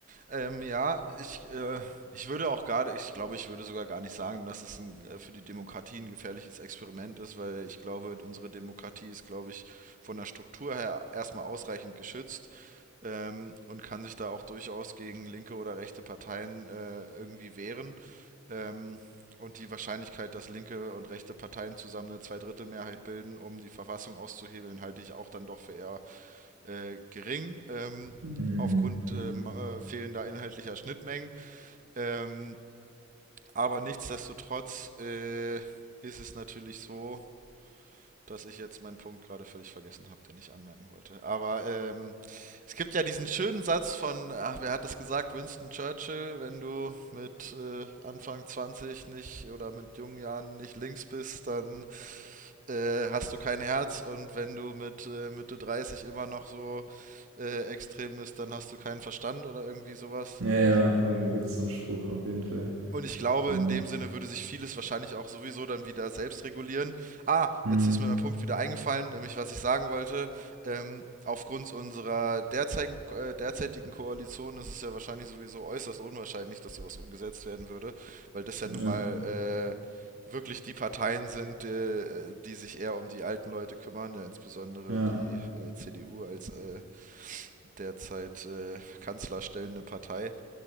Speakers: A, on the right; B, on the right.
A: Ähm, ja, ich, äh, ich würde auch gar, ich glaube, ich würde sogar gar nicht sagen, dass es ein, äh, für die Demokratie ein gefährliches Experiment ist, weil ich glaube, unsere Demokratie ist, glaube ich, von der Struktur her erstmal ausreichend geschützt ähm, und kann sich da auch durchaus gegen linke oder rechte Parteien äh, irgendwie wehren. Ähm, und die Wahrscheinlichkeit, dass linke und rechte Parteien zusammen eine Zweidrittelmehrheit bilden, um die Verfassung auszuhebeln, halte ich auch dann doch für eher äh, gering, ähm,
B: Mhm.
A: aufgrund ähm,
B: Mhm.
A: äh, fehlender inhaltlicher Schnittmengen. Ähm, aber nichtsdestotrotz äh, ist es natürlich so, dass ich jetzt meinen Punkt gerade völlig vergessen habe, den ich anmerken wollte. Aber ähm, es gibt ja diesen schönen Satz von, ach, wer hat es gesagt, Winston Churchill, wenn du mit äh, Anfang 20 nicht oder mit jungen Jahren nicht links bist, dann äh, hast du kein Herz und wenn du mit äh, Mitte 30 immer noch so äh, extrem bist, dann hast du keinen Verstand oder irgendwie sowas.
B: Ja,
A: Äh,
B: ja, da gibt's so 'n Spruch auf jeden Fall.
A: und ich glaube,
B: Ja.
A: in dem Sinne würde sich vieles wahrscheinlich auch sowieso dann wieder selbst regulieren. Ah,
B: Mhm.
A: jetzt ist mir mein Punkt wieder eingefallen, nämlich was ich sagen wollte. Ähm, aufgrund unserer derzeitigen, äh, derzeitigen Koalition ist es ja wahrscheinlich sowieso äußerst unwahrscheinlich, dass sowas umgesetzt werden würde, weil das ja
B: Ja,
A: nun mal äh, wirklich die Parteien sind, äh, die sich eher um die alten Leute kümmern, ja insbesondere
B: ja.
A: die äh, CDU als äh, derzeit äh, kanzlerstellende Partei.